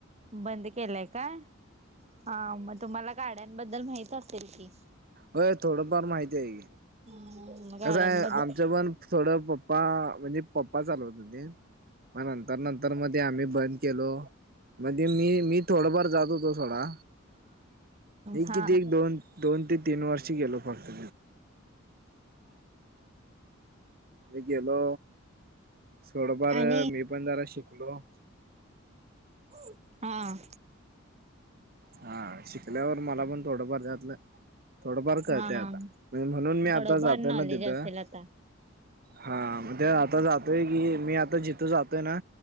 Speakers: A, on the right; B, on the right.
A: बंद केलाय काय हा मग तुम्हाला गाड्यांबद्दल माहित असेल की.
B: व्हय थोडंफार माहित आहे की.
A: हम्म
B: कसय
A: गाड्यांबद्दल
B: आमचं पण थोडं पप्पा म्हणजे पप्पा चालवत होतीत पण तर नंतर मध्ये आम्ही बंद केलो. मधी मी मी थोडाफार जात होतो सोडा एक
A: हा.
B: किती एक, दोन दोन ते तीन वर्षी गेलो फक्त मी गेलो थोडफार
A: आणि
B: मी पण जरा शिकलो
A: हा!
B: हा शिकल्यावर मला पण थोडंफार त्यातलं थोडंफार कळतय
A: हा
B: आता म्हणजे म्हणून मी
A: थोडं
B: आता
A: फार
B: जातोय
A: नॉलेज
B: ना तिथं
A: असेल आता
B: हा म ते आता जातोय की मी आता जिथं जातोय ना